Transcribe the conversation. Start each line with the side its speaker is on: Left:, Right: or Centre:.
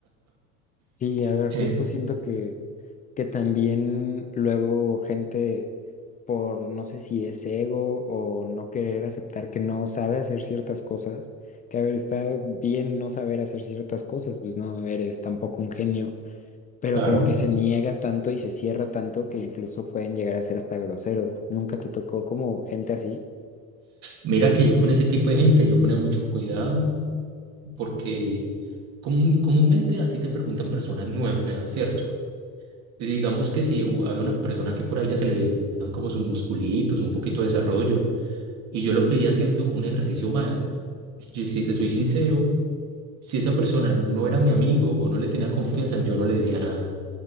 Left: Sí, a ver,
Right: eh,
Left: justo siento que, que también luego gente por no sé si es ego o no querer aceptar que no sabe hacer ciertas cosas, que a ver, está bien no saber hacer ciertas cosas, pues no eres tampoco un genio, pero
Right: claro,
Left: como que se niega tanto y se cierra tanto que incluso pueden llegar a ser hasta groseros. ¿Nunca te tocó como gente así?
Right: mira que yo con ese tipo de gente yo ponía mucho cuidado porque comu- comúnmente a ti te preguntan personas nuevas, ¿cierto? Y digamos que si hu- había una persona que por ahí ya se le veían como sus musculitos, un poquito de desarrollo, y yo lo pedí haciendo un ejercicio mal, yo, si te soy sincero, si esa persona no era mi amigo o no le tenía confianza, yo no le decía nada,